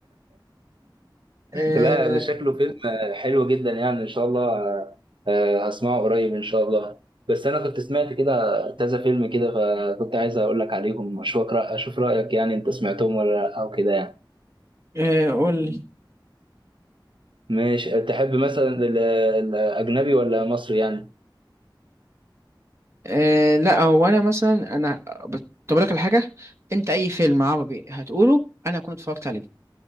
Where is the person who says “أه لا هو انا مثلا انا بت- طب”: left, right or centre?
Right